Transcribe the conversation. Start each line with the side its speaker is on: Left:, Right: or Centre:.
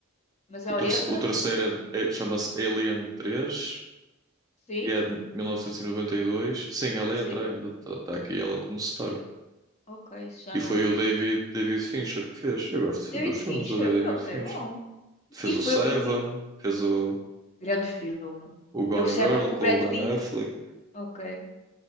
Left: Mas ela
Right: O, ter-
Left: entra?
Right: o terceiro é- é- chama-se Alien três
Left: Sim,
Right: E é de 1992. Sim, ela
Left: sim.
Right: entra ainda. Está aqui ela como star.
Left: Ok, isso já
Right: E
Left: não.
Right: foi o David, David Fincher que fez. Eu gosto
Left: David
Right: dos filmes
Left: Fincher,
Right: do David
Left: ele
Right: Fincher.
Left: é bom.
Right: Fez
Left: E
Right: o
Left: foi
Right: Seven,
Left: o e- e-
Right: fez o,
Left: grande filme.
Right: o Gone
Left: É o Seven
Right: Girl
Left: com
Right: com
Left: o Brad
Right: o Ben
Left: Pitt.
Right: Affleck,
Left: Ok.